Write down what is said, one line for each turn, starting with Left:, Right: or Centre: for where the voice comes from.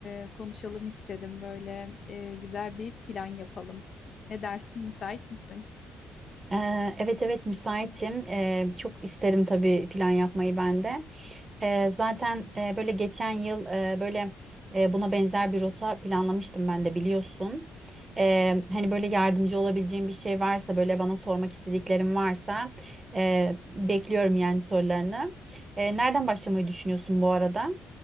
Left: e, konuşalım istedim. Böyle e, güzel bir plan yapalım. Ne dersin, müsait misin?
Right: Ee, evet evet müsaitim. Ee, çok isterim tabii plan yapmayı ben de. Ee, zaten e, böyle geçen yıl e, böyle e, buna benzer bir rota planlamıştım ben de biliyorsun. Ee, hani böyle yardımcı olabileceğim bir şey varsa böyle bana sormak istediklerim varsa e, bekliyorum yani sorularını. E, nereden başlamayı düşünüyorsun bu arada?